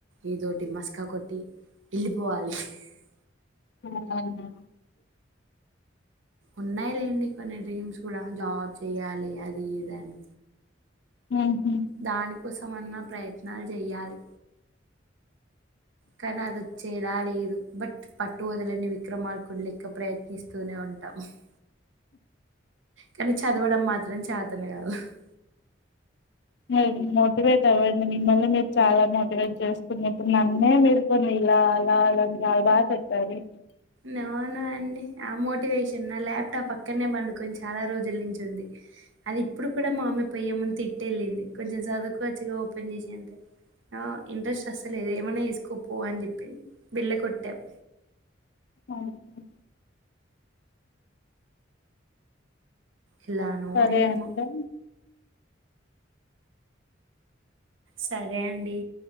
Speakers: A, on the right (about 85°); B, on the left (about 60°).
A: ఏదోటి మస్కా కొట్టి ఎళ్ళిపోవాలి <unintelligible>
B: అవునా
A: ఉన్నాయిలేండి కొన్ని డ్రీమ్స్ కూడా జాబ్ చెయాలి అది ఇదని
B: ఉహు
A: దానికోసం అన్న ప్రయత్నాలు చేయాలి కానీ అదొచ్చేలా లేదు. బట్ పట్టు వదలని విక్రమార్కుని లెక్క ప్రయత్నిస్తూనే ఉంటాం. <unintelligible> కానీ చదవడం మాత్రం చాద్ తోనికాదు <unintelligible>
B: ఉమ్ మోటివేట్ అవ్వండి. మిమ్మల్ని మీరు చాలా మోటివేట్ చేసుకున్నట్టు నన్నే మీరు కొన్ని ఇలా అలా అలాని చాలా బాగా చెప్పారు.
A: నో నో అండి ఆ మోటివేషన్ నా ల్యాప్టాప్ పక్కనే పండుకొని చాలా రోజుల నుంచి ఉంది అది ఇప్పుడు కూడా మా అమ్మీ పయ్య ముందు తిట్టే వెళ్ళింది కొంచెం సదువుకోవచ్చగా ఓపెన్ చేసి అంటే నో ఇంట్రెస్ట్ అసలేదు ఏమైనా వేసుకోపో అని చెప్పి బిళ్ళకొట్టెవ్
B: అవును
A: ఇలానో
B: సరే
A: ఏమో
B: అండి
A: సరే అండి